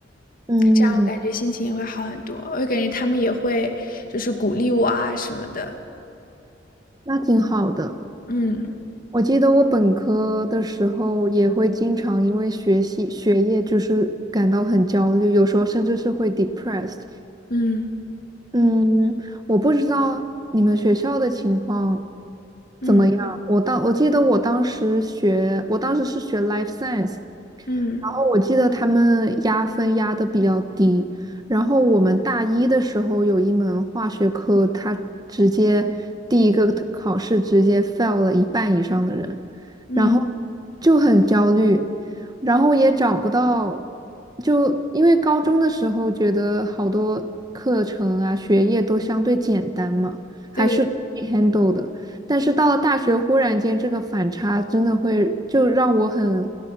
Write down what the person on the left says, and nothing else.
这样我感觉心情也会好很多。我感觉他们也会就是鼓励我啊什么的。
嗯
嗯
嗯
嗯
嗯，
对的